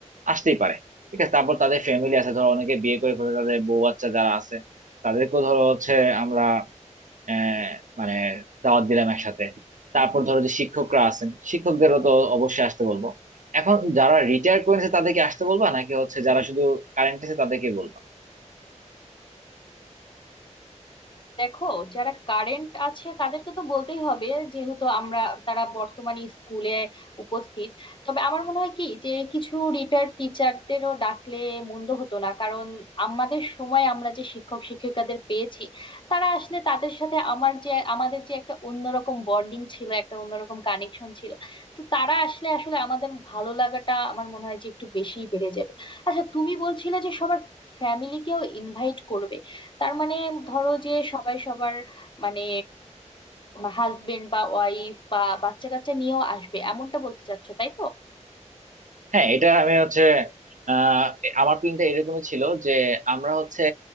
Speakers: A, on the right; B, on the left.
A: আসতেই পারে ঠিক আছে তারপর তাদের ফ্যামিলি আছে ধরো অনেকে বিয়ে করে ফেলে তাদের বউ বাচ্চা যারা আছে তাদেরকেও ধরো হচ্ছে আমরা আহ মানে দাওয়াত দিলাম একসাথে তারপর ধরো যে শিক্ষকরা আছেন শিক্ষকদেরও তো অবশ্যই আসতে বলবো এখন যারা রিটায়ার করে নিছে তাদেরকে আসতে বলবা নাকি হচ্ছে যারা শুধু কারেন্ট আছে তাদেরকে বলবো
B: দেখো যারা কারেন্ট আছে তাদেরকে তো বলতেই হবে যেহেতু আমরা তারা বর্তমানে স্কুলে উপস্থিত তবে আমার মনে হয় কি যে কিছু রিটায়ার্ড টিচারদেরও ডাকলে মন্দ হতো না কারণ আমাদের সময় আমরা যে শিক্ষক শিক্ষিকাদের পেয়েছি তারা আসলে তাদের সাথে আমার যে আমাদের যে একটা অন্যরকম বন্ডিং ছিল একটা অন্যরকম কানেকশন ছিল তো তারা আসলে আসলে আমাদের ভালো লাগাটা আমার মনে হয় যে একটু বেশিই বেড়ে যাবে আচ্ছা তুমি বলছিলে যে সবার ফ্যামিলিকেও ইনভাইট করবে তার মানে ধরো যে সবাই সবার মানে হাজবেন্ড বা ওয়াইফ বা বাচ্চা কাচ্চা নিয়েও আসবে এমনটা বলতে চাচ্ছো তাই তো
A: হ্যাঁ এটা আমি হচ্ছে আহ আমার প্ল্যানটা এরকমই ছিল যে আমরা হচ্ছে